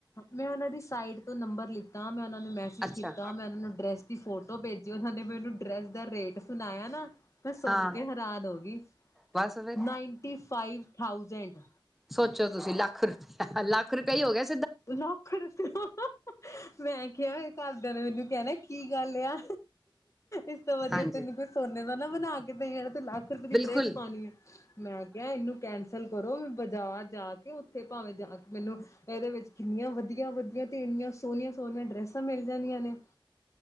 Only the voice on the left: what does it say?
ਮੈਂ ਉਹਨਾਂ ਦੀ ਸਾਈਡ ਤੋਂ ਨੰਬਰ ਤਾਂ ਮੈਂ ਉਹਨਾਂ ਨੂੰ ਮੈਸੇਜ
ਕੀਤਾ ਮੈਂ ਉਹਨਾਂ ਨੂੰ ਡਰੈਸ ਦੀ ਫੋਟੋ ਭੇਜੀ ਓਨਾ ਨੇ ਮੈਨੂੰ ਡਰੈਸ ਦਾ ਰੇਟ ਸੁਣਾਇਆ ਨਾ ਮੈਂ ਸੁਣ
ਕੇ ਹੈਰਾਨ ਹੋ ਗਈ
ਨਾਈਨਟੀ ਫਾਈਵ ਥਾਊਜੈਂਡ
ਲੋਕੜ <inaudible> ਮੈਂ ਕਿਆ ਘਰਦਿਆਂ ਨੇ ਮੈਨੂੰ ਕਹਿਣਾ ਕੀ ਗੱਲ ਇਆ ਇਸ ਤੋਂ ਵਧੀਆ
ਤੈਨੂੰ ਕੋਈ ਸੋਨੇ ਦਾ ਨਾ ਬਨਾ ਕਿੇ <inaudible> ਲੱਖ ਰੁਪਏ ਦੀ
ਡਰੈਸ ਪਾਨੀ ਏ ਮੈਂ ਕਿਹਾ ਇਹਨੂੰ ਕੈਂਸਲ ਕਰੋ ਮੈਂ ਜਾ ਜਾ ਕੇ ਉੱਥੇ ਭਾਵੇਂ ਜਾ ਕੇ ਮੈਨੂੰ ਇਹਦੇ ਵਿੱਚ ਕਿੰਨੀਆਂ ਵਧੀਆ ਵਧੀਆ ਤੇ ਇੰਨਆਂ ਸੋਨੀਆਂ ਸੋਨੀਆਂ ਡਰੈਸਾਂ ਮਿਲ ਜਾਂਦੀਆਂ ਨੇ